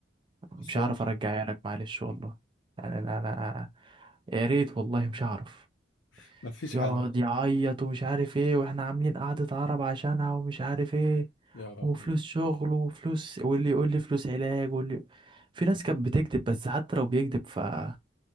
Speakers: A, on the right; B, on the left.
A: مش
B: بس هو
A: هعرف
B: مش-
A: ارجعها لك معلش والله يعني انا انا يا ريت والله مش هعرف
B: <laughs> مفيش
A: يقعد
B: حل
A: يعيط ومش عارف ايه واحنا عاملين قعدة عرب عشانها ومش عارف ايه
B: يا ربي
A: وفلوس شغل وفلوس واللي يقول لي فلوس علاج واللي في ناس كانت بتكذب بس حتى لو بيكذب فالحوار